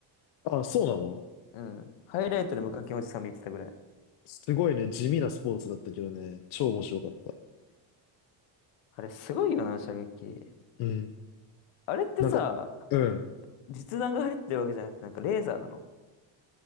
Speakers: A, on the left (about 50°); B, on the left (about 75°).
A: あ、そうなの
B: うん。ハイライトで無課金おじさん見てたぐらい。
A: すごいね、地味なスポーツだったけどね、超面白かった。
B: あれ、すごいよな、射撃。
A: うん。
B: あれってさ、
A: なんか、うん。
B: 実弾が入ってるわけじゃなくて、なんかレーザーなの